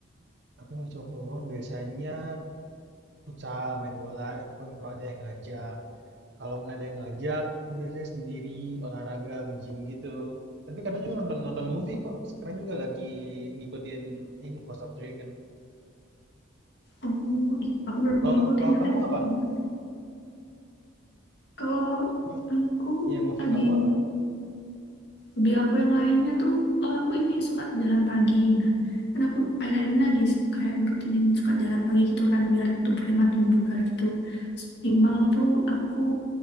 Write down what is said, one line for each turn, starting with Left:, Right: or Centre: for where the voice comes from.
Right: Aku ngisi waktu luang biasanya futsal, main bola, itu pun kalau ada yang ngajak. Kalau nggak ada yang ngajak, aku biasanya sendiri olahraga, nge-gym gitu. Tapi kadang juga nonton-nonton movie kok. Sekarang juga lagi ngikutin ini House of Dragon.
Left: oh ih, aku belum
Right: Kalau
Left: ngikutin
Right: kalau
Left: katanya
Right: kamu apa?
Left: Hmm. kalau
Right: Mov-
Left: aku
Right: Ya, movie
Left: lagi
Right: kamu apa?
Left: hobi aku yang lainnya tuh oh aku ini suka jalan pagi nah kan aku akhir-akhir ini lagi kayak ngerutinin suka jalan pagi gitu kan biar tubuhnya makin bugar gitu Terus minimal tuh aku